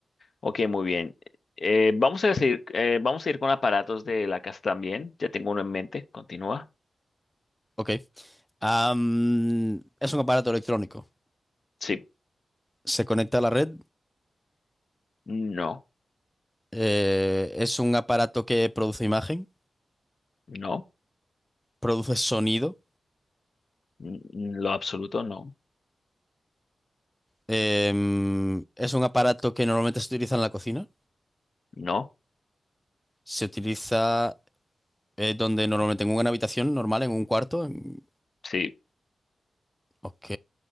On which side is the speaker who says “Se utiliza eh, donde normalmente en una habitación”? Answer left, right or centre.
Centre